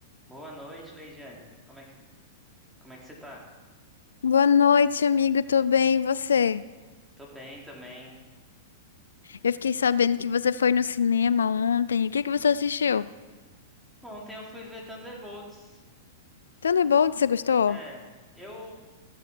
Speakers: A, in the centre; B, on the left.
A: Boa noite, Leidiane. Como é que, como é que você tá?
B: Boa noite, amigo. Tô bem, e você?
A: Tô bem também.
B: Eu fiquei sabendo que você foi no cinema ontem. O que que você assistiu?
A: Ontem eu fui ver Thunderbolts.
B: Thunderbolt, você gostou?
A: É, eu